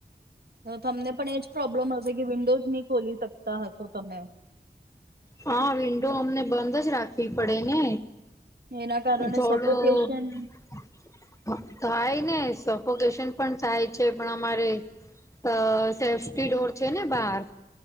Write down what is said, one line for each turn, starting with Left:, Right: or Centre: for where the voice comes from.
Right: તમને પણ એજ પ્રોબ્લેમ હશે કે વિન્ડોઝ નહી ખોલી શકતા હશો તમે?
Left: હા વિન્ડો અમને બંધ જ રાખવી પડે ને,
Right: એના કારણે
Left: જળું
Right: સફોકેશન
Left: <inaudible> થાય ને સફોકેશન પણ થાય છે. પણ અમારે અ સેફ્ટી ડોર છે ને બહાર